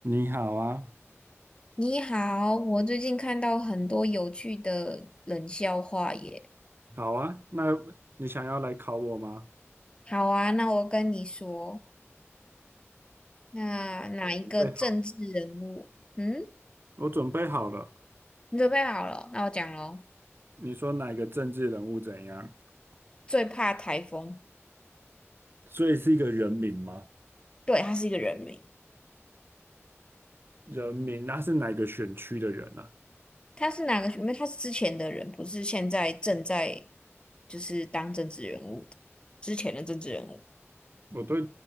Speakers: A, on the right; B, on the left.
A: 你好啊，
B: 你好，我最近看到很多有趣的冷笑话耶。
A: 好啊，那你想要来考我吗？
B: 好啊，那我跟你说，那哪一个政治人物？
A: 我准备好，
B: 嗯，
A: 我准备好了。
B: 你准备好了？那我讲喽。
A: 你说哪个政治人物怎样？
B: 最怕台风，
A: 所以是一个人名吗？
B: 对，他是一个人名。
A: 人民，那是哪个选区的人啊？
B: 他是哪个？因为他是之前的人，不是现在正在就是当政治人物的，之前的政治人物。
A: 我对